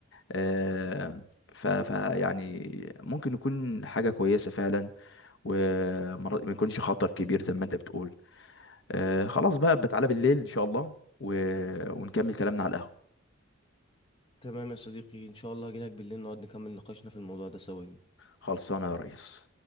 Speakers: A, on the left (about 60°); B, on the left (about 25°).
A: آه، ف ف يعني ممكن يكون حاجة كويسة فعلا وما يكونش خطر كبير زي ما انت بتقول آه خلاص بقى بتعالى بالليل ان شاء الله و... ونكمل كلامنا على القهوة
B: تمام يا صديقي ان شاء الله هجيلك بالليل نقعد نكمل نقاشنا في الموضوع ده سويا
A: خلصانه يا ريس